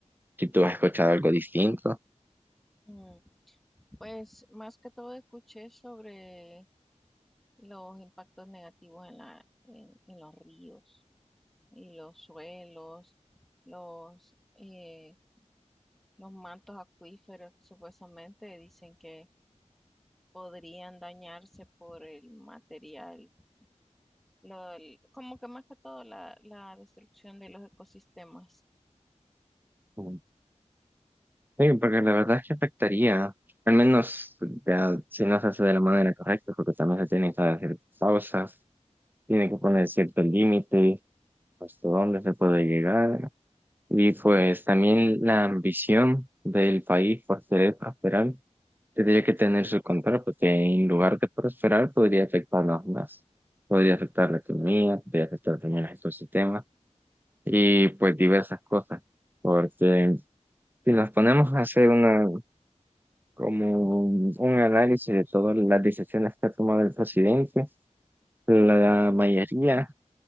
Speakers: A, on the right; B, in the centre.
A: si tú has escuchado algo distinto.
B: Mm, Pues más que todo escuché sobre los impactos negativos en la, en, en los ríos y los suelos, los, eh, los mantos acuíferos que supuestamente dicen que podrían dañarse por el material, lo- el- como que más que todo la, la destrucción de los ecosistemas.
A: Mm. Sí, porque la verdad es que afectaría, al menos ya, si no se hace de la manera correcta, porque también se tienen que hacer pausas, tiene que poner cierto límite, hasta dónde se puede llegar. Y pues también la ambición del país por querer prosperar Tendría que tener su control, porque en lugar de prosperar, podría afectarnos más. Podría afectar la economía, podría afectar también los ecosistemas y pues diversas cosas. Porque si nos ponemos a hacer una, como un un análisis de todas las decisiones que ha tomado el presidente, la mayoría